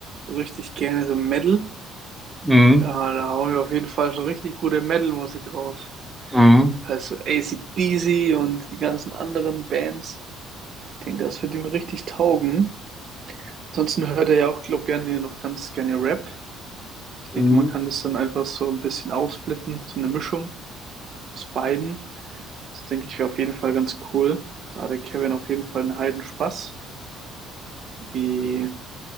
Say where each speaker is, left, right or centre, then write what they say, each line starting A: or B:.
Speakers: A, on the right (about 50°); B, in the centre.
A: so richtig gerne so Metal.
B: Mhm.
A: Da, da hauen wir auf jeden Fall so richtig gute Metal-Musik raus.
B: Mhm.
A: Das heißt so AC/DC und die ganzen anderen Bands. Ich denke, das wird ihm richtig taugen. Ansonsten hört er ja auch, glaube ich, gerne noch ganz gerne Rap. Ich denke,
B: Mhm.
A: man kann das dann einfach so ein bisschen aufsplitten, so eine Mischung aus beiden. Das denke ich wäre auf jeden Fall ganz cool. Da hat der Kevin auf jeden Fall einen heiden Spaß. Wie